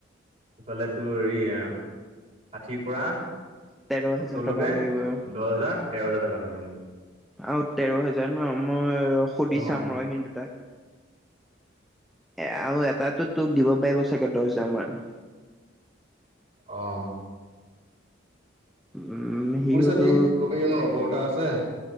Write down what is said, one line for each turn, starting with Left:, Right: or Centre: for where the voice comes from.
Right: ইফালেতো হে ষাঠিৰ পৰা সত্তৰলৈকে
Centre: তেৰ হেজাৰ টকা লাগিব আৰু।
Right: দহ হাজাৰ তেৰ হাজাৰ টকা লাগে মোক।
Centre: আৰু তেৰ হেজাৰ ন মই সুধি
Right: অ
Centre: চাম ৰহ সিহঁত দুটাক এহ আৰু এটাতো তোক দিব পাৰিব চাগে দহ হেজাৰ মান
Right: অ',
Centre: উম সিওতো
Right: কৈ চাবি কবি মোৰ লগৰ এটা আছে